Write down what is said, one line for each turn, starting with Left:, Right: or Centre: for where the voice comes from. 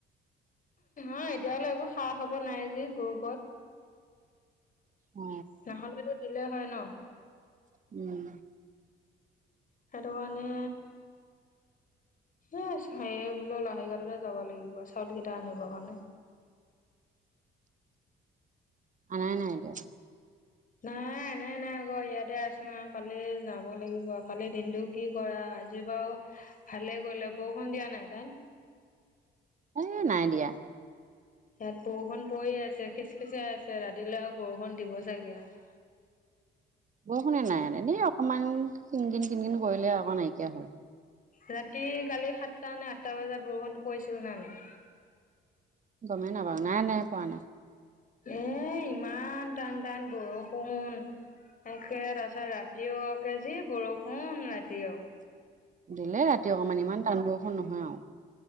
Left: অ', এতিয়ালে একো খা খবৰ নাই আজি গ্ৰুপত।
Right: অ
Left: নহ'লেতো দিলে হয় ন।
Right: উম।
Left: সেইটোকাৰণে। এ, সেই বোলো লাহৰি ঘাটতে যাব লাগিব চাউল কেইটা আনিব কাৰণে।
Right: আনাই নাই এতিয়াওঁ?
Left: নাই। আনাই নাই আকৌ ইয়াতে আছোঁ আৰু কালি যাব লাগিব, কালি দিনটো কি কৰা আজি বাৰু ভালে গ'লে বৰষুণ দিয়া নাই তাত?
Right: এই নাই দিয়া।
Left: ইয়াত বৰষুণ পৰি আছে খিচখিচে আছে, ৰাতিলৈ আৰু বৰষুণ দিব চাগে আৰু।
Right: বৰষুণে নাইনে অকণমান কিনকিন, কিনকিন কৰিলে আকৌ নাইকিয়া হল।
Left: ৰাতি কালি সাতটা নে আঠটা বজাত বৰষুণ পৰিছিল নে নাই?
Right: গ'মেই নাপাওঁ নাই, নাই পৰা নাই।
Left: এ, ইমান টান, টান বৰষুণ। তাকে তাৰপিছত ৰাতিও কি বৰষুণ ৰাতিও।
Right: দিলে ৰাতি অকমান ইমান টান বৰষুন নহয় আৰু।